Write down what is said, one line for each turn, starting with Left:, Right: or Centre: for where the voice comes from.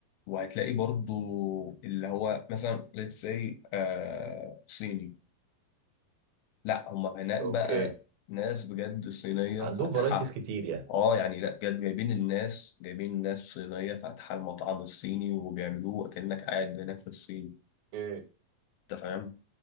Left: وهتلاقي برضو اللي هو مثلا let's say آه صيني لا هم هناك
Right: اوكي
Left: بقى ناس بجد صينية
Right: عندهم
Left: فاتحة
Right: فرايتيز كتير يعني
Left: اه يعني لا بجد جايبين الناس جايبين ناس صينية فاتحة المطعم الصيني وبيعملوه كأنك قاعد هناك في الصين
Right: اوكي
Left: انت فاهم